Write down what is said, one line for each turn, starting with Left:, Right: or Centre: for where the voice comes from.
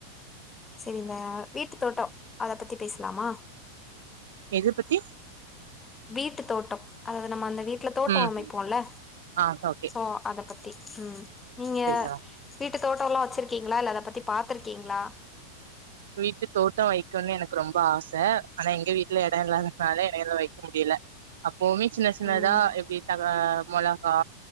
Left: சேரி இந்த வீட்டு தோட்டோ அத பத்தி பேசலாமா
Right: எது பத்தி
Left: வீட்டு தோட்டோ அதாது நம்ம அந்த வீட் வீட்ல தோட்டோ
Right: ம்
Left: அமைப்போல
Right: ஆ ஓகே
Left: சோ அத பத்தி ம் நீங்க
Right: பேசலா
Left: வீட்டு தோட்டோலா வெச்சிருக்கீங்ளா இல்ல அத பத்தி பாத்திருக்கீங்ளா
Right: வீட்டு தோட்டோ வெக்கணு எனக்கு ரொம்ப ஆச ஆனா எங்க வீட்ல எடோ இல்லாததுனால எனக்கு வெக் க்க முடில அப்போவுமே சின்ன சின்னதா
Left: ம்
Right: எப்டி த மொளகா